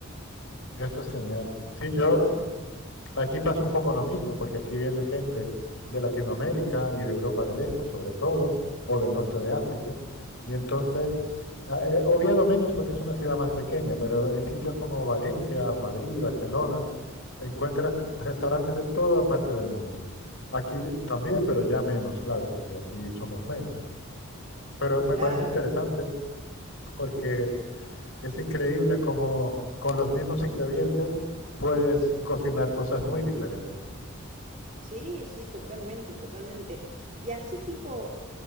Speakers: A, on the left (about 55°); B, on the right (about 35°).
A: Eso es genial. Sí, yo
B: Sí,
A: aquí pasa un poco lo mismo, porque aquí viene gente de Latinoamérica y de Europa del Este, sobre todo, o del norte de África, y entonces, ah, eh, Oviedo menos porque es una ciudad más pequeña, pero en sitios como Valencia, Madrid, Barcelona, encuentras restaurantes de toda parte del mundo. Aquí también, pero ya menos, claro, porque aquí somos menos. Pero me
B: claro.
A: parece interesante. porque es increíble cómo con los mismos ingredientes puedes cocinar cosas muy diferentes.
B: Sí, sí, totalmente, totalmente. Y así tipo